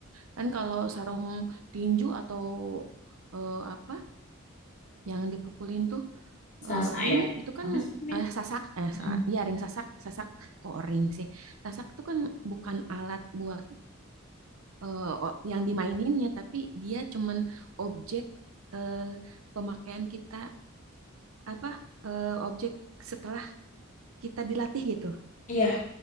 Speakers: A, on the right (about 75°); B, on the left (about 35°).
A: Kan kalau sarung tinju atau eh, apa yang dipukulin tuh
B: Sasa
A: eh, ring
B: ya.
A: itu kan
B: Apa sih namanya?
A: eh, sasak eh
B: Mm-mm.
A: salah. Iya, ring sasak, sasak kok ring sih. Sasak itu kan bukan alat buat eh, o- yang dimaininnya, tapi dia cuman objek eh, pemakaian kita apa eh, objek setelah kita dilatih gitu.
B: Iya.